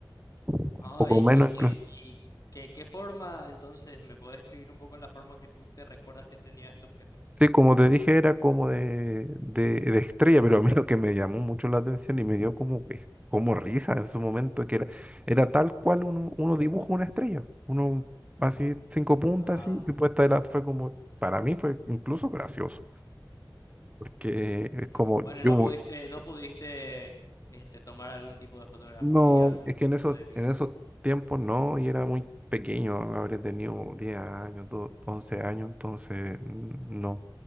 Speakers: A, on the right (about 15°); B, on the left (about 45°).
A: un
B: Ah,
A: poco
B: y,
A: menos.
B: y que, y que- qué forma, entonces, ¿me puedes escribir un poco la forma que tú te recuerdas que tenía este objeto?
A: Sí, como te dije, era como de, de, de estrella, pero a mí lo que me llamó mucho la atención y me dio como, que- como risa en su momento, que era, era tal cual uno, uno dibuja una estrella, uno así, cinco puntas,
B: Ah,
A: así, y puesta de la, fue como, para mí fue incluso gracioso, porque
B: <laughs>
A: es como,
B: bueno,
A: yo,
B: no pudiste, no pudiste, este, tomar algún tipo de fotografía,
A: no,
B: algún
A: es
B: tipo
A: que en esos,
B: de evidencia.
A: en esos tiempos no, y era muy pequeño, habré tenido 10 años, do- 11 años, entonces mm, no,